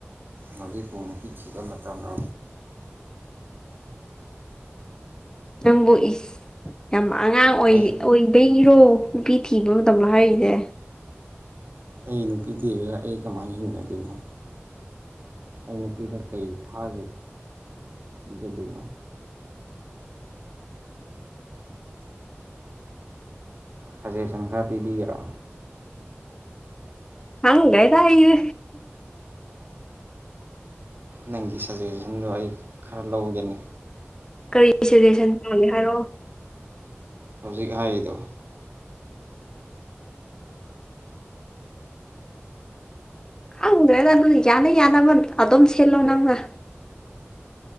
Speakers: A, on the right (about 50°); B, on the left (about 15°).
A: ꯍꯧꯖꯤꯛꯄꯨ ꯅꯨꯄꯤ ꯊꯤꯕ ꯃꯇꯝꯔꯥ
B: ꯅꯪꯕꯨ ꯏꯁ ꯌꯥꯝ ꯑꯉꯥꯡ ꯑꯣꯏ
A: ꯑꯩ
B: ꯑꯣꯏꯕꯩꯔꯣ ꯅꯨꯄꯤ ꯊꯤꯕ ꯃꯇꯝꯂ‌ꯣ ꯍꯥꯏꯔꯤꯁꯦ
A: ꯑꯩ ꯅꯨꯄꯤ ꯊꯤꯔꯒ ꯑꯩ ꯀꯃꯥꯏꯅ ꯍꯤꯡꯒꯗꯣꯔꯤꯅꯣ ꯑꯩ ꯅꯨꯄꯤꯗꯨꯅ ꯀꯩ ꯊꯥꯛꯑꯒ ꯄꯤꯖꯗꯣꯏꯅꯣ ꯁꯖꯦꯁꯟ ꯈꯔ ꯄꯤꯕꯤꯒꯦꯔꯣ
B: ꯈꯪꯗ‌ꯦꯗ ꯑꯩ
A: ꯅꯪꯒꯤ ꯁꯖꯦꯁꯟꯗꯣ ꯑꯩ ꯈꯔ ꯂꯧꯒꯅꯤ
B: ꯀꯔꯤ ꯁꯖꯦꯁꯟ ꯄꯥꯝꯃꯤ ꯍꯥꯏꯔꯛꯑꯣ
A: ꯍꯧꯖꯤꯛ ꯍꯥꯏꯗ‌ꯣ
B: ꯈꯪꯗ꯭ꯔꯦꯗ ꯑꯗꯨ ꯌꯥꯅ ꯌꯥꯅꯕ ꯑꯗꯨꯝ ꯁꯤꯜꯂꯣ ꯅꯪꯅ